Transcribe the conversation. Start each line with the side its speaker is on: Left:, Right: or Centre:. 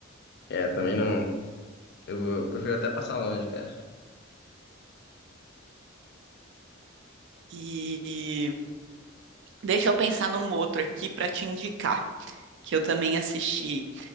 Left: É, também não. Eu, eu prefiro até passar longe, cara.
Right: E deixa eu pensar num outro aqui pra te indicar, que eu também assisti.